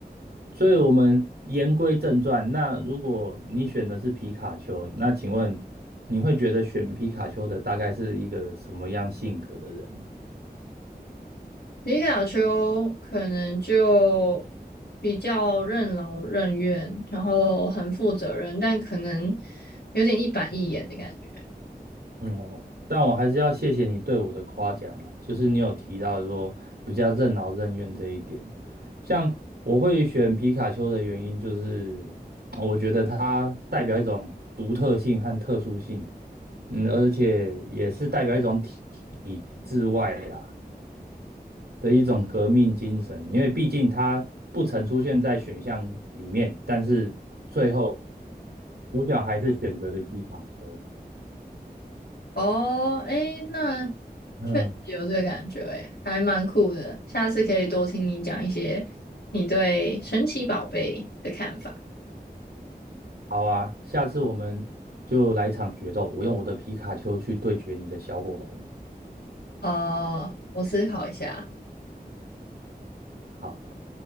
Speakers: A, on the right; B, on the left.
A: 所以我们言归正传，那如果你选的是皮卡丘，那请问你会觉得选皮卡丘的大概是一个什么样性格的人？
B: 皮卡丘可能就比较任劳任怨，然后很负责任，但可能有点一板一眼的感觉。
A: 哦，但我还是要谢谢你对我的夸奖啦，就是你有提到说比较任劳任怨这一点。像我会选皮卡丘的原因，就是呃我觉得它代表一种独特性和特殊性，嗯，而且也是代表一种体体制外啦的一种革命精神，因为毕竟它不曾出现在选项里面，但是最后主角还是选择了皮卡丘。
B: 哦，诶，那
A: 嗯，
B: 确实有这个感觉，诶，还蛮酷的。下次可以多听你讲一些你对神奇宝贝的看法。
A: 好啊，下次我们就来一场决斗，我用我的皮卡丘去对决你的小火龙。
B: 呃，我思考一下。
A: 好。